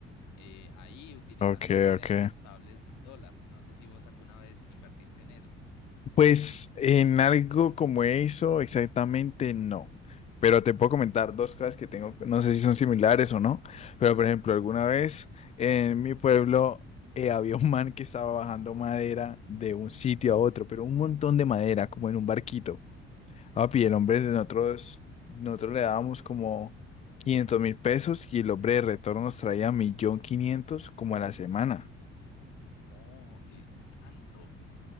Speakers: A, on the left; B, on the left.
A: eh, ahí utilizando
B: Ok,
A: monedas
B: ok.
A: estables del dólar. No sé si vos alguna vez invertiste en eso.
B: Pues en algo como eso, exactamente no. Pero te puedo comentar dos cosas que tengo, no sé si son similares o no, pero por ejemplo, alguna vez en mi pueblo eh, había un man que estaba bajando madera de un sitio a otro, pero un montón de madera, como en un barquito. Papi, el hombre de nosotros, nosotros le dábamos como quinientos mil pesos y el hombre de retorno nos traía un millón quinientos como a la semana.
A: No, eh, tanto.